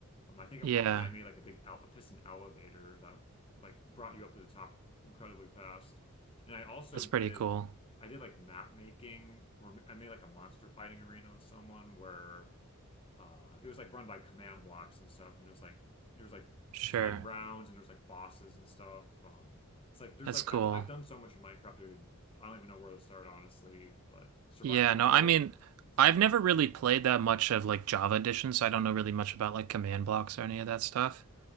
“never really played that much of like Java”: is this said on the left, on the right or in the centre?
Right